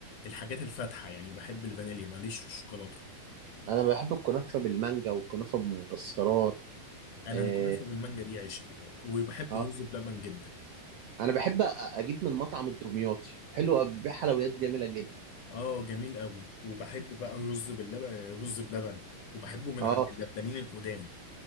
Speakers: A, on the left; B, on the right.
A: الحاجات الفاتحه يعني بحب الفانيليا معليش في الشوكولاته
B: انا بحب الكنافه بالمانجا والكنافه بالمكسرات
A: انا
B: اه,
A: مم. الكنافه بالمانجا دي عشقي برضه وبحب
B: آه.
A: الرز بلبن جدا
B: انا بحب أ- اجيب من مطعم الدمياطي حلو أوي، بيبيع حلويات جميله جدا
A: اه جميل قوي وبحب بقى الرز باللبن رز بلبن وبحبه من
B: اه
A: مم. عند اللبانين القدام